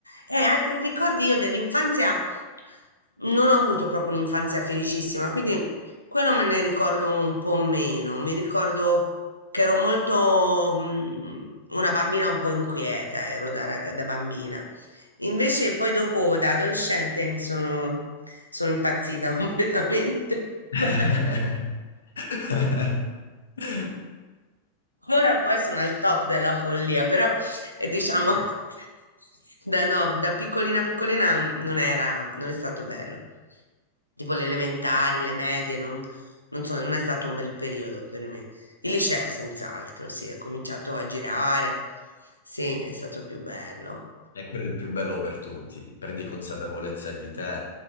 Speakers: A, on the left; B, on the left.
A: E altri ricordi io dell'infanzia non ho avuto proprio un'infanzia felicissima, quindi quello me ne ricordo un po' meno. Mi ricordo che ero molto mm, una bambina un po' inquieta, ero da, rag- da bambina. Invece poi dopo da adolescente mi sono, sono impazzita <laughs> completamente.
B: <laughs>
A: <laughs> Ora poi sono al top della follia, però e diciamo che <laughs> da, no, da piccolina piccolina non era, non è stato bello. Tipo le elementari, le medie, non, non so, non è stato un bel periodo per me. Il liceo, senz'altro, sì, è cominciato a girare. Sì, è stato più bello.
B: E quello è il più bello per tutti. Prendi consapevolezza di te,